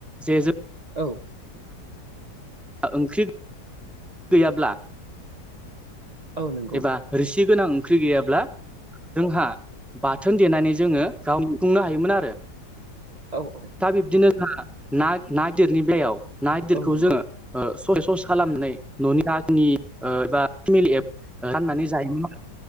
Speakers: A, in the centre; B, on the right.
A: जे जों
B: औ
A: ओंख्रि गैयाब्ला
B: औ नंगौ
A: एबा रोसि गोनां ओंख्रि गैयाब्ला जोंहा बाथोन देनानै जोङो गाव <unintelligible> नो हायोमोन आरो
B: औ औ
A: दा बिब्दिनो जोंहा ना ना गिदिरनि बेलायाव ना गिदिरखौ
B: औ नंगौ
A: जोङो स सस खालामनानै न'नि रनि एबा फेमिलि फाननानै जायोमोन आरो